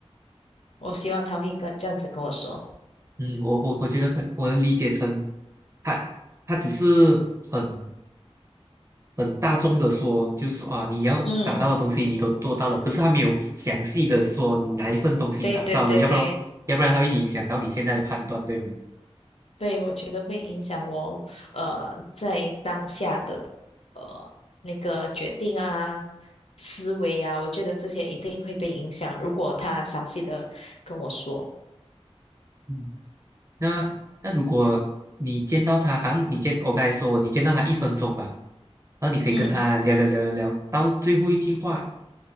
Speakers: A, on the left; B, on the right.
A: 我希望他会跟这样子跟我说，
B: 嗯，我我我觉得可我能理解成他他只是很很大众的说，就是说啊，你要达到的东西你都做到了，
A: 嗯，
B: 可是他没有详细的说你哪一份东西达到了，
A: 对对对对
B: 要不然要不然他会影响到你现在的判断，对吗？
A: 对，我觉得会影响我呃在当下的呃那个决定啊。思维啊，我觉得这些一定会被影响。如果他详细的跟我说，
B: 嗯，那那如果你见到他，好像你见我刚才说我你见到他一分钟吧，然后你可以跟他聊聊聊聊聊，
A: 嗯。
B: 到最后一句话